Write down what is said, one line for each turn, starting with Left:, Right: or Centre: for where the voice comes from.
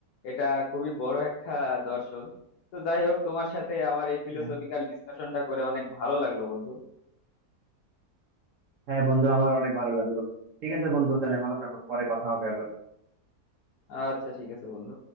Left: এটা খুবই বড় একটা দর্শন তো যাই হোক তোমার সাথে আমার এই ফিলোসফিক্যাল
Right: হ্যাঁ
Left: ডিসকাশনটা করে অনেক ভালো লাগলো বন্ধু
Right: হ্যাঁ বন্ধু আমার অনেক ভালো লাগলো ঠিক আছে বন্ধু তাহলে ভালো থাকো পরে কথা হবে আবার
Left: আচ্ছা ঠিক আছে বন্ধু